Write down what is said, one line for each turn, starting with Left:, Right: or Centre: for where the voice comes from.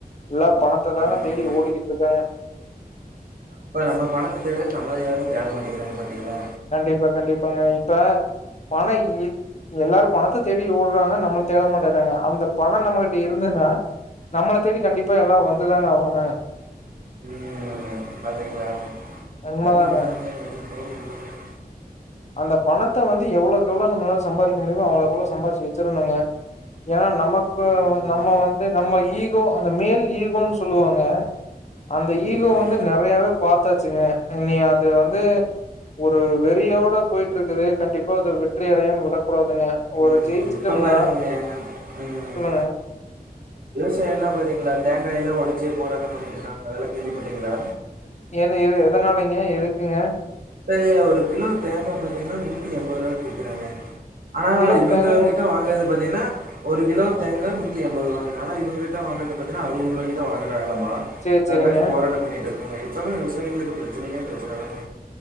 Left: எல்லா பணத்ததாங்க
Right: ஆமாங்க
Left: தேடி ஓடிக்கிட்ருக்காங்க
Right: அப்ப நம்ம பணத்த <unintelligible> நம்மள யாரு தேடமாட்டிகிறாங்க பாத்தீங்ளா
Left: கண்டிப்பா கண்டிப்பாங்க இப்ப பண இ எல்லாரு பணத்த தேடி ஓட்றாங்க நம்மள தேட மாட்டங்கறாங்க அந்த பணம் நம்மகிட்ட இருந்துதுன்னா நம்மள தேடி கண்டிப்பா எல்லா வந்துதாங்க ஆவாங்க
Right: <unintelligible>
Left: உண்மதாங்க அந்த பணத்த வந்து எவ்வளோக்கு எவ்ளோ நம்மலால சம்பாரிக் க முடியுமோ அவ்ளோக்கவ்ளோ சம்பாதிச்சு வெச்சிருனுங்க ஏன்னா நமக்கு
Right: ம்
Left: நம்ம வந் து நம்ம ஈகோ அந்த மேல் ஈகோனு சொல்லுவாங்க அந்த
Right: ம்
Left: ஈகோ வந்து நறை குறையாவே பாத்தாச்சுங்க இனி அது வந்து ஒரு வெறியோடப் போயிட்ருக்குது கண்டிப்பா அத வெற்றி அடையாம விடக்கூடாதுங்க
Right: ம்
Left: ஒரு ஜெயிச்சுட்டோம்னா
Right: இப்ப பாருங்க ம்
Left: சொல்லுங்க.
Right: விவசாயில்லா பாத்தீங்களா தேங்காயிலா ஒடச்சி போராட்டம் பண்ணிட்ருக்காங்க அதெல்லா கேள்விப்பட்டீங்ளா
Left: ஏந்த எது எதனாலைங்க எதுக்குங்க
Right: ப்பயே ஒரு கிலோ தேங்கா பாத்தீங்கன்னா நூத்தி எண்பது ருவான்னு விக்கிறாங்க ஆனா
Left: கிலோ
Right: இவங்க
Left: தேங்கா
Right: கிட்ட வாங்கறது பாத்தீங்ன்னா ஒருகிலோ தேங்கா நூத்தி என்பது ரூவாங்களா ஆனா இவங்ககிட்ட வாங்குறது பாத்தீங்கனா அறுபது ரூவாய்கி தா வாங்குறாங்களாமா
Left: சேரி,
Right: அது
Left: சேரிங்க.
Right: போய்டு போராட்டம் பண்ணிட்ருக்காங்க எப்பவுமே விவசாயிகளுக்கு பிரச்சனயே பிரச்சனதாங்க